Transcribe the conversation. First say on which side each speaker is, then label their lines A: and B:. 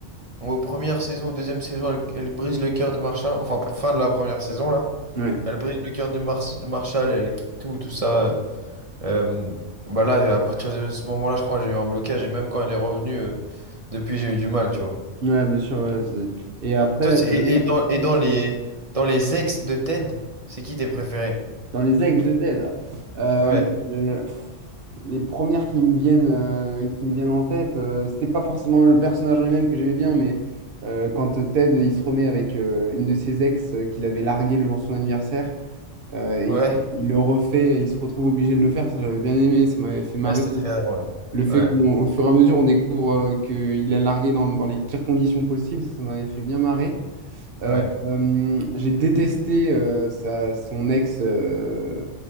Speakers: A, on the right (about 30°); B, on the right (about 50°).
A: aux premières saisons, aux deuxième saison, elle, elle brise le cœur de Marshall. Enfin, fin de la première saison, là.
B: Ouais,
A: Elle brise le cœur de Mar- Marshall, elle quitte tout, tout ça. euh, euh, bah là, à partir de ce moment-là, je crois que j'ai eu un blocage. Et même quand elle est revenue, euh, depuis, j'ai eu du mal, tu vois.
B: ouais, bien sûr. ouais, c'est- Et après,
A: Toi, c'est- et,
B: euh,
A: et dans, et dans les, dans les ex de Ted, c'est qui tes préférés?
B: dans les ex de TED, euh,
A: Ouais,
B: je- pff, les premières qui me viennent, euh, qui me viennent en tête, euh, c'était pas forcément le personnage en lui-même que j'aimais bien, mais euh, quand Ted il se remet avec euh, une de ses ex euh, qu'il avait largué le jour de son anniversaire euh, et
A: ouais.
B: il le refait, il se retrouve obligé de le faire, ça j'avais bien aimé, ça m'avait fait marrer.
A: Ouais, c'était très drôle.
B: Le fait
A: Ouais,
B: qu'au fur et à mesure on découvre euh, qu'il a largué dans, dans les pires conditions possibles, ça, ça m'avait fait bien marrer. Euh,
A: ouais.
B: euh, j'ai détesté euh, sa- son ex, euh,